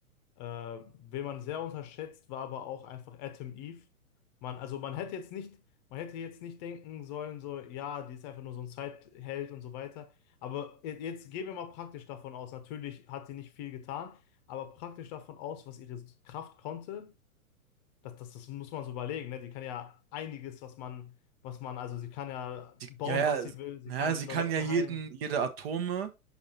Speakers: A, on the left (about 30°); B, on the right (about 45°).
A: Äh, wen man sehr unterschätzt, war aber auch einfach Adam Eve. Man, also man hätte jetzt nicht, man hätte jetzt nicht denken sollen, so, ja, die ist einfach nur so ein Zeitheld und so weiter. Aber je- jetzt gehen wir mal praktisch davon aus. Natürlich hat sie nicht viel getan, aber praktisch davon aus, was ihre Kraft konnte, das, das, das muss man so überlegen, ne? Die kann ja einiges, was man, was man, also sie kann ja
B: Die,
A: bauen,
B: ja,
A: was
B: ja,
A: sie will, sie
B: naja,
A: kann
B: sie kann
A: Leute
B: ja jeden,
A: heilen.
B: jede Atome